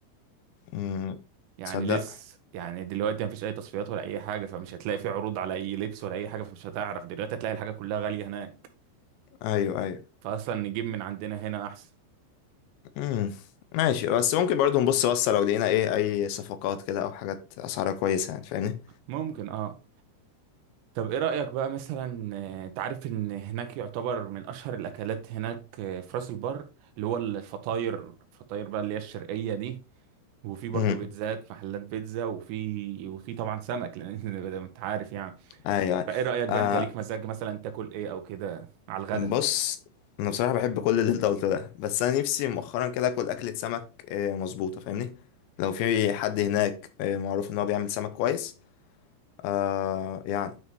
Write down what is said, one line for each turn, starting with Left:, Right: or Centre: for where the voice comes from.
Left: مم.
Right: يعني
Left: تصدق
Right: لسه يعني دلوقتي مفيش اي تصفيات ولا اي حاجه فمش هتلاقي في عروض على اي لبس ولا اي حاجه فمش هتعرف دلوقتي هتلاقي الحاجه كلها غاليه هناك
Left: ايوه ايوه
Right: فاصلا نجيب من عندنا هنا احسن
Left: مم. ماشي بس ممكن برضو نبص بصة لو لقينا ايه اي صفقات كده او حاجات اسعارها كويسة يعني فاهمني
Right: ممكن اه طب ايه رايك بقى مثلا آه، انت عارف ان هناك يعتبر من اشهر الاكلات هناك آه، في راس البر اللي هو الفطاير الفطاير بقى اللي هي الشرقيه دي وفي برضو
Left: امم
Right: بيتزات محلات بيتزا وفي وفي طبعا سمك لان <laughs> انت عارف يعني
Left: ايوه أيوة.
Right: فايه رايك بقى
Left: آه
Right: انت ليك مزاج مثلا تاكل ايه او كده على الغدا
Left: بص انا بصراحه بحب كل اللي انت قلته ده بس انا نفسي مؤخرا كده اكل اكله سمك آه مظبوطه فاهمني لو في حد هناك آه معروف ان هو بيعمل سمك كويس آه يعني